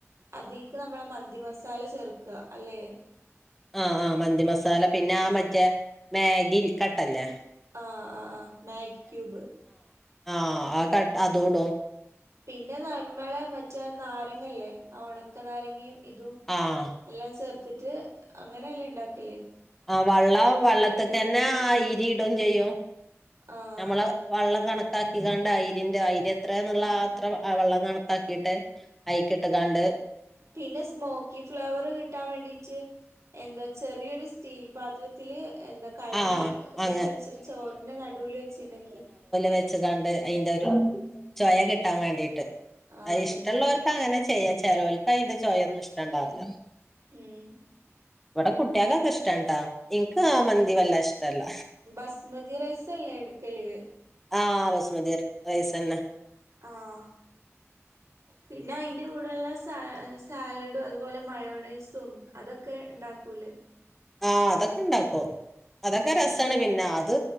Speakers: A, on the right; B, in the centre.
A: അതിക്ക് നമ്മളെ മന്തി മസാല ചേർക്ക അല്ലെ?
B: ആഹ് ആഹ് മന്തി മസാല പിന്നെ ആ മറ്റേ മാഗി കട്ടല്ലേ?
A: ആഹ് ആഹ് ആഹ് മാഗി ക്യൂബ്.
B: ആ ആ ക അതും ഇടും.
A: പിന്നെ നമ്മളെ മറ്റ നാരങ്ങല്ലേ ആ ഉണക്ക നാരങ്ങ ഇതും
B: ആഹ്
A: എല്ലാം ചേർത്തിട്ട് അങ്ങനെല്ലാം ഉണ്ടാക്കി
B: ആ വെള്ളം വെള്ളത്തിക്കന്നെ
A: ഉണ്ടാക്കിട്ടുള്ളു
B: ആ അരി ഇടും ചെയ്യും.
A: ആഹ്
B: നമ്മളെ വെള്ള കണ കത്താക്കിക്കാണ്ട് അഐരിൻന്റെ അയിര് എത്രന്നുള്ള അത്ര വെള്ളം കണക്കാക്കിയിട്ട് അയിക്കിട്ട കാണ്ട്
A: പിന്നെ സ്മോക്കി ഫ്ലവർ കിട്ടാൻ വേണ്ടീട്ട് എന്താ ചെറിയൊരു സ്റ്റീൽ പാത്രത്തില് എന്താ കരി
B: ആഹ്
A: ഇതൊക്കെ
B: അങ്ങ്
A: വെച്ചിട്ട് ചോറിന്റെ നടുവിൽ വെച്ചിട്ടുണ്ടെങ്കി
B: വെ കണ്ട് അതിന്റെ ഒരു ചൊയ കിട്ടാൻ വേണ്ടിട്ട്
A: ആഹ്
B: അ
A: അതന്നെ
B: ഇഷ്ടമുള്ളവർക്ക് അങ്ങനെ ചെയ്യാ ചെിലവൽക്ക് അതിന്റെ ചോയൊന്നും ഇഷ്ട ഉണ്ടാവില്ല
A: ഉം
B: കടെ കുട്ടാക കഷ്ടംട്ടാ ഇൻക ആ മന്ദ വള്ളഷ്ട ല്ല
A: ബസ്മതി റൈസ് അല്ലേ എടുക്കല്
B: ആ ബസ്മതി റൈസ് തന്നെ
A: ആഹ പിന്നെ അയിന്റെ കൂടെള്ള സ സാലഡും അതുപോലെ മയോണൈസും അതൊക്കെ ഉണ്ടാക്കൂല്ലേ
B: ആ അതൊക്കെ ഉണ്ടാക്കോ അതൊക്കെ
A: ഉം
B: രസമാണ്
A: ഉം
B: പിന്നെ അത്